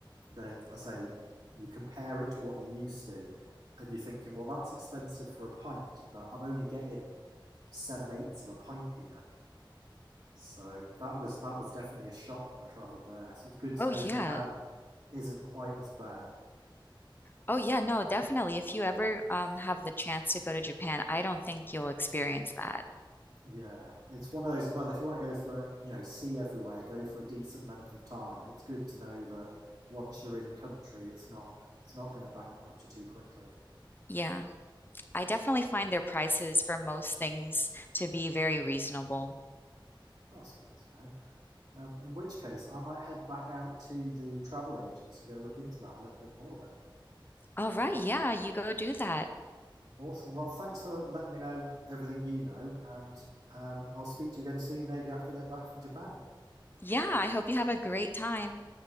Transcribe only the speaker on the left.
Oh
yeah.
Oh yeah, no, definitely. If you ever um, have the chance to go to Japan, I don't think you'll experience that.
Yeah. I definitely find their prices for most things to be very reasonable.
All right, yeah, you go do that.
Yeah, I hope you have a great time.